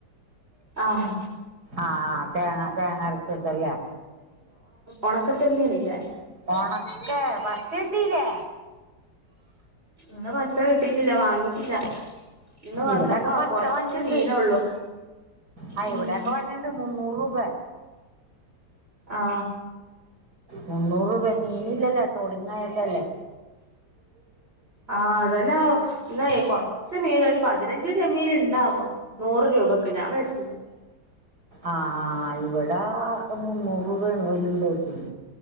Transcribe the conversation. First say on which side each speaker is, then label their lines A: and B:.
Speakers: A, on the right (about 30°); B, on the right (about 60°).
A: ആഹ്
B: ആഹ് ആ തേങ്ങ തേങ്ങ അരച്ച ച്ചല്ലേ
A: ഉണക്ക ചെല്ലീനില്ല
B: ഓണക്കെ കേട്ടിലെ
A: ഇന്ന് പച്ച കിട്ടിട്ടില്ല വാങ്ങിട്ടില്ല ഇന്ന് വന്നപ്പോ
B: ഇവിടെൊക്കെ പച്ച
A: കൊറച്ച്
B: വന്നുണ്ട്
A: മീനൊള്ളു
B: ആ
A: ഉം
B: ഇവിടെൊക്കെ വന്നുണ്ട് മുന്നൂറു ഇവ
A: അ
B: മുന്നൂറ് രൂപ മീനില്ലല്ലോ ടോളിങ്ങായക്കെല്ലേ
A: ആഹ് അതെന്നെ ഇ കൊറച്ച് മീൻ ഒരു പതിനഞ്ച് ചെമ്മിന് ഉണ്ടാവോ നൂറ് രൂപക്ക് ഞാൻ മേടിച്ചില
B: ആ ആ ഇവിടെ മുന്നൂറ് രൂപയാണ് ഒരു കിലോ ത്തിന്